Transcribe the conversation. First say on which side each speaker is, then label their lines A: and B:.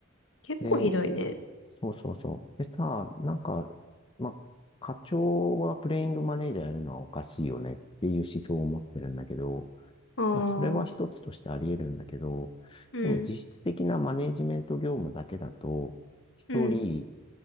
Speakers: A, on the left; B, on the left.
A: 結構ひどいね。
B: で、そうそうそう。でさ、なんか、ま、課長がプレイングマネージャーやるのはおかしいよねっていう思想を持ってるんだけど、
A: ああ。
B: まあ、それは一つとしてあり得るんだけど、
A: うん。
B: でも実質的なマネージメント業務だけだと、一人
A: うん。